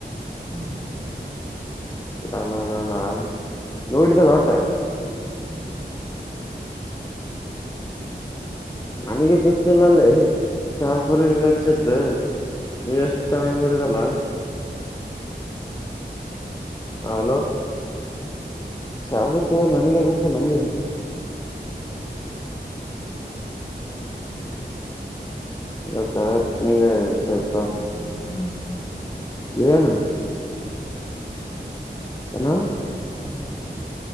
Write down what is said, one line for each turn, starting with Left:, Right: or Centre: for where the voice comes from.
Centre: ಹ್ಮ್.
Left: ನಾನ ನಾನ ನೋಡಿದ್ದಲ್ಲ ಹೊಟ್ಟು.
Centre: ಹ್ಮ್.
Left: ನನಗೆ ಗೊತ್ತಿಲ್ಲಲ್ಲೇ ಅಲ್ಲಿ ಶಾಪುರ್ ಗಚ್ಚಿದ್ದು ನೀ ಎಷ್ಟು ಚೆನ್ನಾಗ್ ನೋಡಿರಲ್ಲ ಹಲೋ. ಶಾಪುರ ಹೋಗೋನು ನನಗೆ ಗೊತಿಲ್ಲಂಗೆ. ಇ ಚಲ ಸತ
Centre: ಏನು ಬಂದಾನೆ
Left: ಏನು.
Centre: ಹ.
Left: ಹ
Centre: ಹ